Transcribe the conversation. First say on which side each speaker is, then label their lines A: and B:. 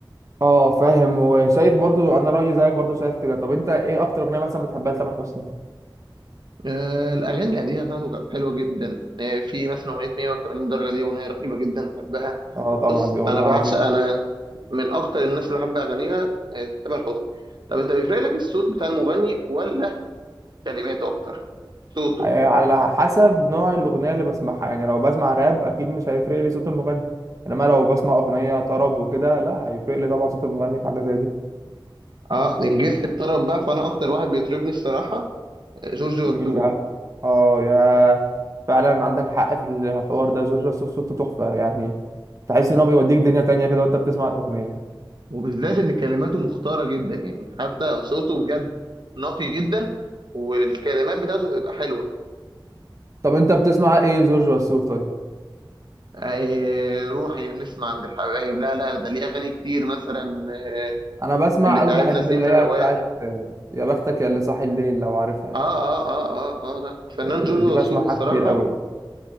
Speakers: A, on the right; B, on the right.
A: اه فاهم وشايف برضو انا رأيي زيك برضو شايف كده طب انت ايه اكتر اغنية مثلا بتحبها لتامر حسني
B: آه الأغاني القديمة بتاعته كانت حلوة جدا آه في مثلا أغنية 180 درجة دي أغنية رهيبة جدا بحبها
A: اه طبعا
B: بص
A: دي اغنية
B: انا بعشق
A: عظيمة
B: انا من اكتر الناس اللي بحب اغانيها آه، تامر حسني طب انت بيفرق لك الصوت بتاع المغني ولا كلماته اكتر صوته
A: على حسب نوع الأغنية اللي بسمعها يعني لو بسمع راب أكيد مش هيفرق لي صوت المغني إنما لو بسمع أغنية طرب وكده لا هيفرق لي طبعا صوت المغني في حاجة زي دي
B: اه إن جيت الطرب بقى فانا اكتر واحد بيطربني الصراحه آه، جورج وسوف
A: مين بقى؟ آه يا فعلا عندك حق في الحوار ده جورج وسوف صوته تحفة يعني تحس إن هو بيوديك دنيا تانية كده وأنت بتسمع الأغنية
B: وبالذات ان كلماته مختاره جدا يعني حتى صوته بجد نقي جدا والكلمات بتاعته بتبقى حلوه
A: طب أنت بتسمع إيه جورج وسوف طيب؟
B: آه روحي يا نسمة عند الحبايب لا لا ده ليه اغاني كتير مثلا آه،
A: أنا بسمع
B: اللي
A: أوي
B: تعبنا
A: بحب
B: سنين
A: اللي
B: في
A: هي
B: هواه
A: بتاعت آه، يا بختك يا اللي صاحي الليل لو عارفها
B: اه اه اه اه اه لا الفنان
A: آه،
B: جورج
A: دي بسمعها
B: وسوف الصراحه
A: كتير أوي